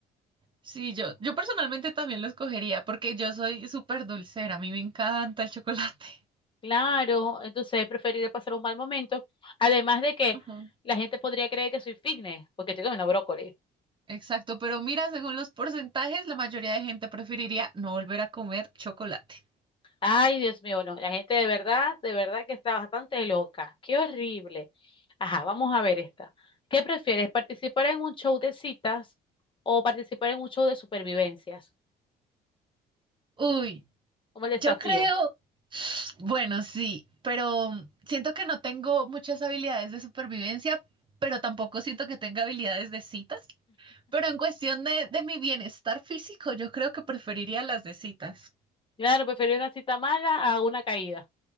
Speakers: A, on the right; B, on the left.
A: Sí, yo, yo personalmente también lo escogería porque yo soy súper dulcera, a mí me encanta el chocolate.
B: Claro, entonces preferiría pasar un mal momento. Además de que
A: Ajá.
B: la gente podría creer que soy fitness porque estoy comiendo brócoli.
A: Exacto, pero mira, según los porcentajes, la mayoría de gente preferiría no volver a comer chocolate.
B: Ay, Dios mío, no, la gente de verdad, de verdad que está bastante loca. Qué horrible. Ajá, vamos a ver esta. ¿Qué prefieres, participar en un show de citas o participar en un show de supervivencias?
A: Uy,
B: Como el desafío.
A: Yo creo, bueno, sí, pero siento que no tengo muchas habilidades de supervivencia, pero tampoco siento que tenga habilidades de citas. Pero en cuestión de, de mi bienestar físico, yo creo que preferiría las de citas.
B: Claro, prefiero una cita mala a una caída.